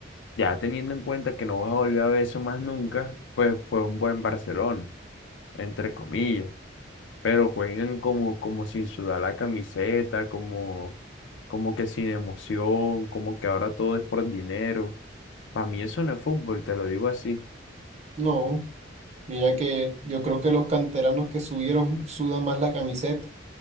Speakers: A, on the left; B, on the right.
A: ya teniendo en cuenta que no vas a volver a ver eso más nunca, pues fue un buen Barcelona, entre comillas. Pero juegan como, como sin sudar la camiseta, como, como que sin emoción, como que ahora todo es por dinero. Para mí eso no es fútbol, te lo digo así.
B: No, mira que yo creo que los canteranos que subieron sudan más la camiseta.